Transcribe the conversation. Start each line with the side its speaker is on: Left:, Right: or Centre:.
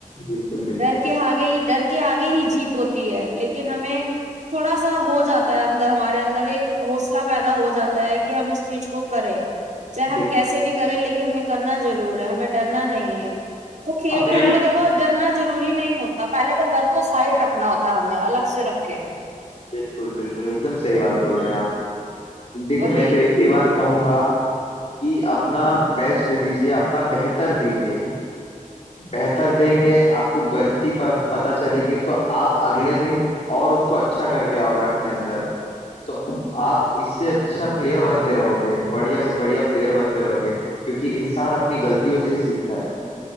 Left: بالکل بالکل
Right: ڈر کے حے یہ ڈرک کے آگے ہی جیت ہوتی ہے لیکن ہمیں تھوڑا سا ہو جاتا ہے اندر ہمارے اندر ایک حوصلہ پیدا ہو جاتا ہے کہ ہم اس چیز کو کریں چاہے ہم
Left: دیکھیے
Right: کیسے بھی کریں لیکن یہ ہمیں کرنا ضرور ہے ہمیں ڈرنا نہیں ہے تو کھیل
Left: ہمیں
Right: کود میں دیکھو ڈرنا ضروری نہیں ہوتا پہلے تو ڈر کو سائڈ رکھ رکھنا ہوتا ہے ہمیں الگ سے رکھ اوکے
Left: بالکل بالکل ایک دم صحیح بات بول رہے ہیں آپ دیکھیے
Right: وہی
Left: میں تو ایک ہی بات کہوں گا کہ اپنا بیسٹ دیجیے اپنا بہتر دیجیے بہتر دیں گے آپ کو غلطی پت چلے گی تو آپ اگلے دن اور اس کو اچھا کر کے آؤ گے اپنے اندر تو آپ اس سے اچھا پلیئر بنتے رہو گے بڑھیا سے بڑھیا پلیئر بنتے رہو گے کیونکہ انسان اپنی غلطیوں سے ہی سیکھتا ہے